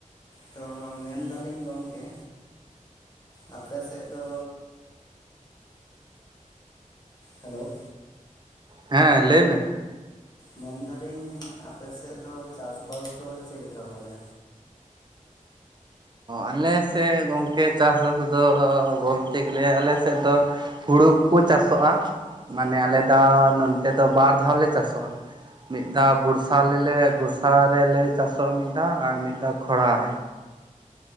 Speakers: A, on the left (about 30°); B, on the right (about 35°).
A: ᱛᱚ ᱢᱮᱱᱫᱟᱞᱤᱧ ᱜᱚᱢᱠᱮ ᱟᱯᱮ ᱥᱮᱫ ᱫᱚ᱾ ᱦᱮᱞᱳ
B: ᱦᱮᱸ ᱞᱟᱹᱭ ᱢᱮ᱾
A: ᱢᱮᱱᱫᱟᱞᱤᱧ ᱟᱯᱮᱥᱮᱜ ᱫᱚ ᱪᱟᱥ ᱵᱟᱥ ᱫᱚ ᱪᱮᱫ ᱞᱮᱠᱟ ᱵᱚᱞᱮ᱾
B: ᱟᱞᱮᱥᱮᱜ ᱜᱚᱢᱠᱮ ᱪᱟᱥᱵᱟᱥ ᱫᱚ ᱵᱚᱞᱛᱮ ᱜᱮᱞᱮ ᱟᱞᱮᱥᱮᱜ ᱫᱚ᱾ ᱦᱩᱲᱩ ᱠᱚᱠᱚ ᱪᱟᱥᱚᱜᱼᱟ ᱢᱟᱱᱮ ᱟᱞᱮ ᱫᱟ ᱱᱚᱱᱛᱮ ᱫᱚ ᱵᱟᱨ ᱫᱷᱟᱣ ᱞᱮ ᱪᱟᱥᱚᱜᱼᱟ᱾ ᱢᱤᱫ ᱫᱷᱟᱣ ᱵᱚᱲᱥᱟ ᱞᱮᱞᱮ ᱵᱚᱨᱥᱟ ᱨᱮᱞᱮ ᱪᱟᱥᱚᱜᱼᱟ ᱢᱤᱫ ᱫᱷᱟ ᱟᱨ ᱢᱤᱫ ᱫᱷᱟ ᱠᱷᱚᱨᱟ ᱨᱮ᱾